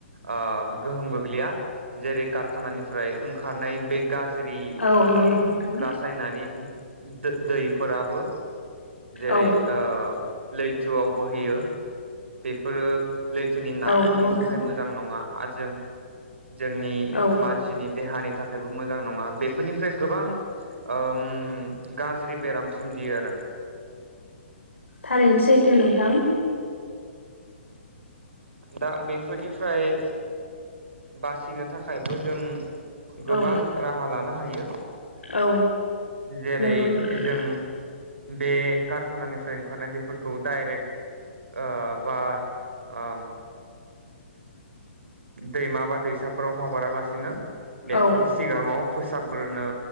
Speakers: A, on the right; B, on the left.
A: ओ गोहोम गोग्लैया जेरै कारखानानिफ्राय ओंखारनाय बे गाज इ
B: औ
A: ओ
B: नंगौ नोंथां
A: रासायनारि दो-दैफोराबो जेरै
B: औ
A: ओ लैथुआव बोहैयो बेफोरो लैथोनि नाफोरनि
B: औ नंगौ नोंथां
A: थाखाय मोजां नङा आरो जों जोंनि
B: औ
A: मानसिनि देहानि थाखायबो मोजां नङा बेफोरनिफ्राय गोबां ओम गाज्रि बेराम सोमजियो आरो
B: थारैनो सैथो नोंथां
A: दा बेफोरनिफ्राय बासिनो थाखायबो जों गोबां
B: औ
A: राहा लानो हायो <inaudible>
B: औ
A: जेरै
B: नंगौ नोंथां
A: जों बे कारखानानिफ्राय ओंखारनाय दैफोरखौ डाइरेक्ट ओ बा ओ दैमा बा दैसाफोराव हगारालासिनो बेखौ
B: औ
A: सिगाङाव फोसाबग्रोनो